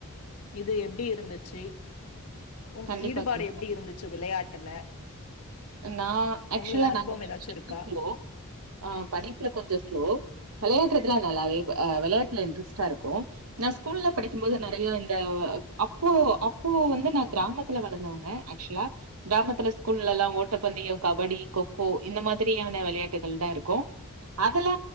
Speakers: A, on the left; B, on the right.
A: இது எப்டி இருந்துச்சி உங்
B: கண்டிப்பா
A: ஈடுபாடு
B: கண்டிப்பா
A: எப்டி இருந்துச்சு விளையாட்டுல
B: நா அக்சுவலா
A: உங்களுக்கு அனுபவம்
B: நா கொஞ்சோ
A: ஏதாச்சு
B: வெரி
A: இருக்கா
B: வெரி ஸ்லோ ஆ படிப்புல கொஞ்சோ ஸ்லோ விளையாட்டுறதுலா நல்லாவே விளையாட்டுல இன்ட்ரஸ்டா இருக்கு நா ஸ்கூல்ல படிக்கும் போது நறையா இந்த அப்போ அப்போ வந்து நா கிராமத்துல வளந்தவங்க அக்சுலா கிராமத்துல ஸ்கூல்லல்லா ஓ ஓட்டப்பந்தயம் கபடி கொக்கோ இந்த மாதிரியான விளையாட்டுகள் தா இருக்கு அதெல்லா